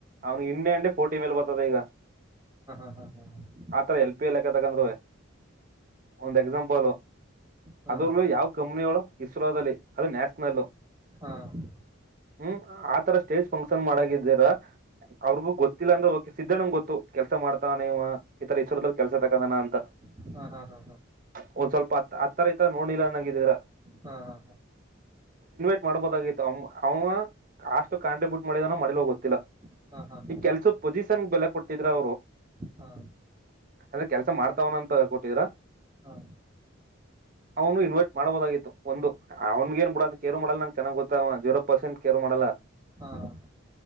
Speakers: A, on the right; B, on the right.
A: ಅದು ಅಗತ್ಯವಿಲ್ಲ. <unintelligible> <unintelligible> ಒಂದು
B: ಹ್ಮ್ ಹ್ಮ್ ಹ್ಮ್
A: ಉದಾಹರಣೆಯಂತೆ, ಆ ಕಂಪನಿ ಯಾವ
B: ಹ್ಮ್
A: ಕಂಪನಿಗೆ ಸೇರಿದೆ?
B: ಹ್ಮ್ ಹ್ಮ್ ಹ್ಮ್
A: ಹ್ಮ್ ಹಾ ಅವರಿಗೆ ಗೊತ್ತಿಲ್ಲದಿದ್ದರೆ ಅವರಿಗೂ ಗೊತ್ತು ಹೌದು ಸ್ವಲ್ಪ ಪಡೆಯಲು ಈ ಕೆಲಸ ಇಷ್ಟ. ಯಾಸೀನ್
B: ಹ್ಮ್
A: ಆದರೆ
B: ಹ್ಮ್ ಹ್ಮ್
A: ನೀನು ಕಾಣದ ಹಾಗೆ ಅಲ್ಲಿದ್ದೀಯಾ
B: ಹಾಹಾ
A: ಅದನ್ನು ಮಾಡಬಹುದು ಹೇಗೆ ಹಾಸ್ಟೆಲ್ ಬುಕ್ ಮಾಡಿದ್ದೀರೋ ಇಲ್ಲವೋ ಗೊತ್ತಿಲ್ಲ.
B: ಹ್ಮ್
A: ಗೊತ್ತಿಲ್ಲ ಕೆಲಸ ಅಲ್ಲಿ ಕೊಟ್ಟರು
B: ಹಾಹಾ
A: ಅವನು ಕೆಲಸ ಮಾಡುತ್ತಿದ್ದಾನೆಂದು ನೀನು ಭಾವಿಸುತ್ತೀಯಾ?
B: ಹಾ
A: ಅವನಿಗೂ ಆಹ್ವಾನ ಅವನನ್ನು ಬಿಟ್ಟುಬಿಡಿ ನನಗೆ ಅವನ ಬಗ್ಗೆ ಕಾಳಜಿ ಇಲ್ಲ. ಇಲ್ಲ, ಸರಿ. ಕೇರ್ ನಾಟ್ ಕೇರ್ ಮಾಡಲಾ
B: ಹಾಹಾ